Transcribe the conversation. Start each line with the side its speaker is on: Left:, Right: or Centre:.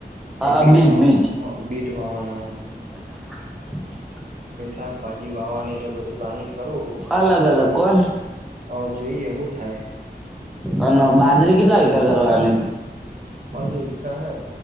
Centre: હા
Right: એ બીટ
Centre: બીજ
Right: વા
Centre: બીજ
Right: વ, હ બીટ વાવાનાન
Centre: <inaudible>
Right: પસી શાક ભાજી વાવાની એને બધું. પ્લાનિંગ કરું હું,
Centre: અલગ અલગ કોણ
Right: હવે જોઈએ હુ થાય.
Centre: અનો બાજરી કેટલા વિગા કરવાની?
Right: બાજરી ઈચ્છા હે,